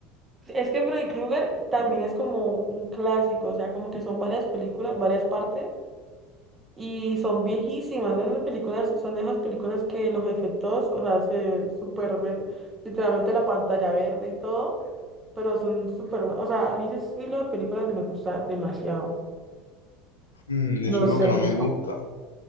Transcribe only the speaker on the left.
Mm, eso
es
lo que no
me
gusta.